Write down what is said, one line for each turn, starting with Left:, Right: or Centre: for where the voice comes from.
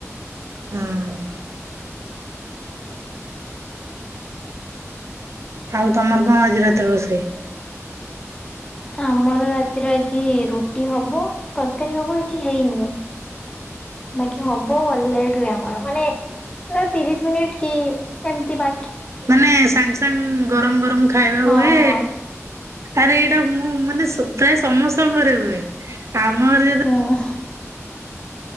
Right: ହୁଁ ଆଉ ତମର କଣ ଆଜି ରାତିରେ ରୋଷେଇ?
Left: ଆମର ରାତିରେ ଆଜି ରୁଟି ହବ ତରକାରୀ ହବ କିଛି ହେଇନି। ବାକି ହବ ବ ଲେଟ ହୁଏ ଆମର ମାନେ ତିରିଶ ମିନିଟ କି ଏମତି ବା
Right: ମାନେ ସାଙ୍ଗେ୍ ସାଙ୍ଗେ୍ ଗରମ ଗରମ ଖାଇବା
Left: ହଁ
Right: ହୁଏ।
Left: ହଁ
Right: ଆରେ ଏଇଟା ମୁଁ ମାନେ ସ ପ୍ରାୟ ସମସ୍ତଙ୍କ ଘରେ ହୁଏ ଆମ ଘରେ
Left: ହଁ